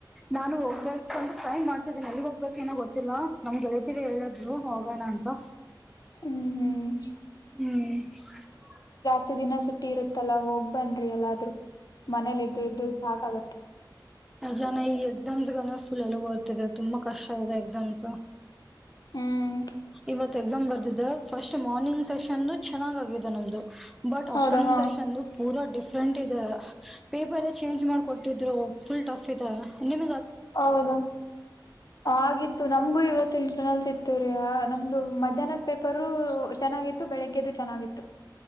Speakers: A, in the centre; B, on the left.
A: ನಾನು ಹೋಗ್ಬೇಕ ಟ್ರೈ ಮಾಡ್ ಮ ನಲ್ಲಿಗ್ ಹೋಗ್ಬೇಕಕ್ ಏನೋ ಗೊತ್ತಿಲ್ಲ ನಮ್ ಗೆಳೆತಿರೆ ಹೇಳಿದ್ರು ಹೋಗೋಣ ಅಂತ
B: ಹ್ಮ್ ಹ್ಮ್
A: ಹ್ಮ್
B: ಹತ್ತು ದಿನ ಸುಟ್ಟಿ ಇರುತ್ತಲ್ಲ ಹೋಗ್ ಬನ್ರಿ ಎಲ್ಲಾದ್ರೂ ಮನೇಲಿ ಇದ್ದು ಇದ್ದು ಸಾಕಾಗತ್ತೆ
A: ಜನ ಈ ಎಕ್ಸಾಮ್ಸ್ಗಂದ್ರೆ ಫುಲ್ಲ್ಲಿ ಬರ್ತಿದ್ದಾರೆ ತುಂಬಾ ಕಷ್ಟ ಇದೆ ಎಕ್ಸಾಮ್ಸ್
B: ಹ್ಮ್
A: ಇವತ್ ಎಕ್ಸಾಮ್ ಬರ್ದಿದೆ ಫಸ್ಟ್ ಮಾರ್ನಿಂಗ್ ಸೆಷನ್ ಚೆನ್ನಾಗಗಿದೆ ನಮ್ದು ಬಟ್ ಆಫ್ಟರ್ನೂನ್
B: ಹೌದಾ ಹಾ
A: ಸೆಷನ್ <unintelligible> ಡಿಫ್ರಂಟ್ ಇದೆ ಪೇಪರ್ ಚೇಂಜ್ ಮಾಡ್ಕೊಟ್ಟಿದ್ರು ಫುಲ್ ಟಫ್ ಇದೆ ನಿಮ
B: ಹೌದಾ ಆಗಿತ್ತು ನಮ್ಗೂ ಇವತ್ತು ಇಂಟರ್ನಲ್ಸ ಇ ತುರಿಯ ನಮ್ದು ಮಧ್ಯಾಹ್ನದ್ ಪೇಪರ್ ಚೆನ್ನಾಗಿತ್ತು ಬೆಳಿಗ್ಗೆದುು ಚೆನ್ನಾಗಿತ್ತು